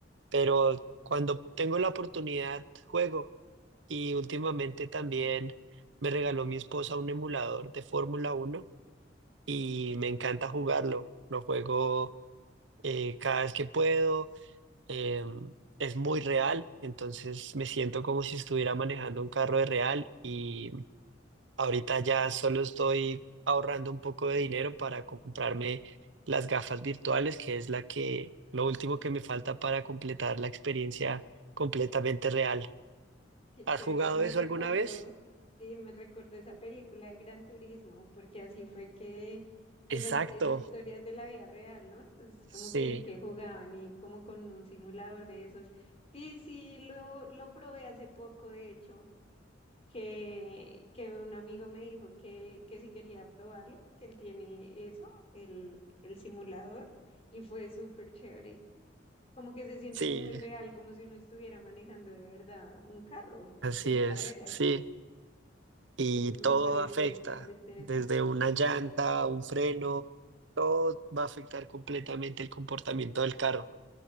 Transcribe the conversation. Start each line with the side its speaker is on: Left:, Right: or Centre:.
Right: pero cuando tengo la oportunidad juego. y últimamente también me regaló mi esposa un emulador de Fórmula uno y me encanta jugarlo. Lo juego eh, cada vez que puedo, eh, es muy real, entonces me siento como si estuviera manejando un carro de real y ahorita ya solo estoy ahorrando un poco de dinero para comprarme las gafas virtuales, que es la que, lo último que me falta para completar la experiencia completamente real.
Left: Qué
Right: ¿Has
Left: chévere,
Right: jugado
Left: eso me
Right: eso
Left: recordó,
Right: alguna vez?
Left: sí, me recordó esa película de Gran Turismo, porque así fue que
Right: Exacto.
Left: esa, his- esa historia es de la vida real, ¿no? Entonces como
Right: Sí,
Left: que vi que jugaban y como con un simulador de esos. Sí, sí, lo, lo probé hace poco, de hecho, que, que un amigo me dijo que, que si quería probarlo, porque él tiene eso, el, el simulador, y fue súper chévere como que se siente
Right: sí,
Left: muy real, como si uno estuviera manejando de verdad un carro
Right: así
Left: de
Right: es,
Left: carreras.
Right: sí. Y
Left: Mm,
Right: todo
Left: Me pareció
Right: afecta,
Left: súper interesante.
Right: desde una llanta, un freno, todo va a afectar completamente el comportamiento del carro,